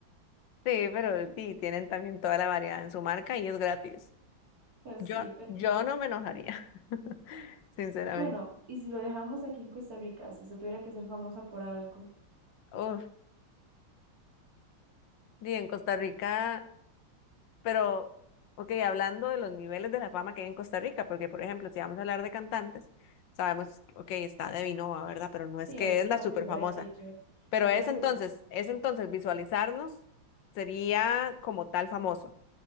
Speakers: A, on the left (about 70°); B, on the right (about 45°).
A: Sí, pero sí, tienen también toda la variedad en su marca y es gratis.
B: Pues
A: Yo,
B: sí, pero
A: yo no me enojaría, <laughs> sinceramente.
B: bueno, y si lo dejamos aquí en Costa Rica, si usted tuviera que ser famosa por algo,
A: Uf, sí, en Costa Rica, pero, ok, hablando de los niveles de la fama que hay en Costa Rica, porque, por ejemplo, si vamos a hablar de cantantes, sabemos, ok, está de Nova, ¿verdad? Pero no es
B: sí,
A: que
B: es
A: es la
B: la
A: súper
B: primera
A: famosa.
B: en que yo,
A: Pero es
B: es la
A: entonces,
B: primera.
A: es entonces visualizarnos sería como tal famoso.